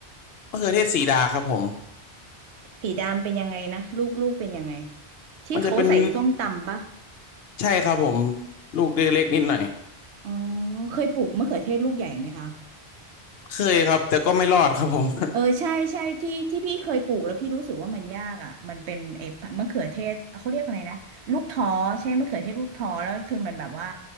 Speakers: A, on the left; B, on the right.
A: มะเขือเทศสีดาครับผม
B: สีดำเป็นยังไงนะลูกลูกเป็นยังไงที่เขาใส่ส้มตำปะ
A: มันจะเป็นใช่ครับผมลูกเล็กๆนิดหน่อย
B: อ๋อเคยปลูกมะเขือเทศลูกใหญ่ไหมคะ
A: เคยครับแต่ก็ไม่รอดครับผม
B: เออใช่ใช่ที่ที่พี่เคยปลูกแล้วพี่รู้สึกว่ามันยากอ่ะมันเป็นไอ้มะเขือเทศเขาเรียกอะไรนะลูกท้อใช่มะเขือเทศลูกท้อแล้วคือมันแบบว่า